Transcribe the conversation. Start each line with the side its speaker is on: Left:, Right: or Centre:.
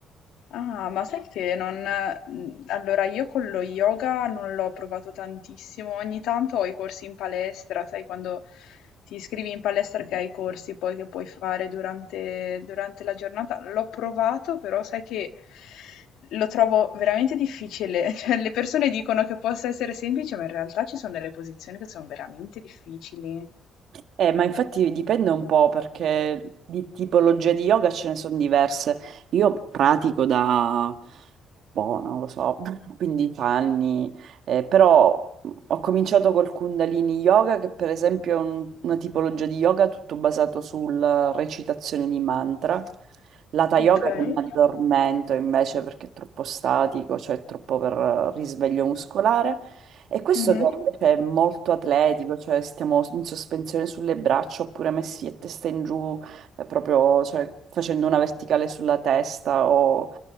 Left: Ah, ma sai che non mhmm, allora io con lo yoga non l'ho provato tantissimo, ogni tanto ho i corsi in palestra, sai quando ti iscrivi in palestra che hai i corsi poi che puoi fare durante durante la giornata, l'ho provato però sai che lo trovo veramente difficile, <laughs> cioè le persone dicono che possa essere semplice, ma in realtà ci sono delle posizioni che sono veramente difficili.
Right: Eh, ma infatti dipende un po' perché di tipologie di yoga ce ne sono diverse. Io pratico da, boh, non lo so, <laughs> 15 anni, eh, però ho cominciato col Kundalini Yoga, che per esempio è un- una tipologia di yoga tutto basato sulla recitazione di mantra. L'Hatha Yoga
Left: Okay.
Right: che mi addormento invece perché è troppo statico, cioè troppo per eh, risveglio muscolare. E questo
Left: Mh-mh.
Right: che invece è molto atletico, cioè stiamo in sospensione sulle braccia oppure messi a testa in giù, eh, proprio cioè, facendo una verticale sulla testa o